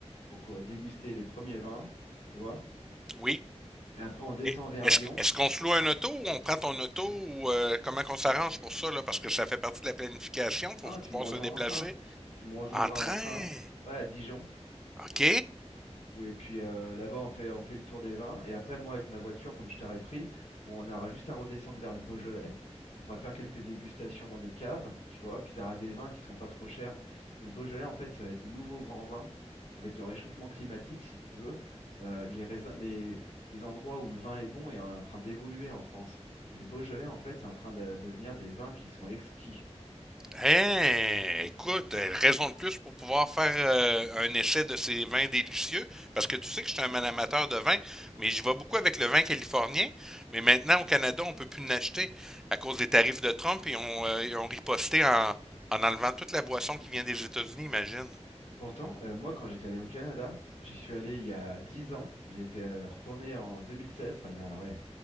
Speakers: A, on the left; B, in the centre.
A: pour co- déguster les premiers vins, tu vois.
B: Oui,
A: Et après, on descend
B: Et
A: vers
B: Est-ce,
A: Lyon.
B: est-ce qu'on se loue un auto ou on prend ton auto ou euh, comment qu'on s'arrange pour ça, là? Parce que ça fait partie de la planification, faut
A: Non, tu
B: pouvoir
A: me rejoins
B: se déplacer.
A: en train. Tu me rejoindras
B: En train.
A: en train, ouais, à Dijon.
B: OK.
A: Ou- Et puis euh, là-bas, on fait, on fait le tour des vins. Et après, moi, avec ma voiture, comme je t'aurais pris, on aura juste à redescendre vers le Beaujolais. On pourra faire quelques dégustations dans des caves, tu vois. Puis tu auras des vins qui sont pas trop chers. Parce que Le Beaujolais, en fait, ça va être le nouveau grand vin. Avec le réchauffement climatique, si tu veux, euh, les, raisins- les, les endroits où le vin est bon est en en train d'évoluer en France. Et le Beaujolais, en fait, c'est en train de de devenir des vins qui sont exquis.
B: Hein, écoute, euh, raison de plus pour pouvoir faire euh, un essai de ces vins délicieux, parce que tu sais que je suis un amateur de vin, mais j'y vais beaucoup avec le vin californien, mais maintenant au Canada, on peut plus l'acheter à cause des tarifs de Trump et on, euh, ils ont riposté en, en enlevant toute la boisson qui vient des États-Unis, imagine.
A: Pourtant, euh, moi, quand j'étais allé au Canada, j'y suis allé il y a 10 ans. J'y étais euh, retourné en 2016. Enfin, il y a, ouais,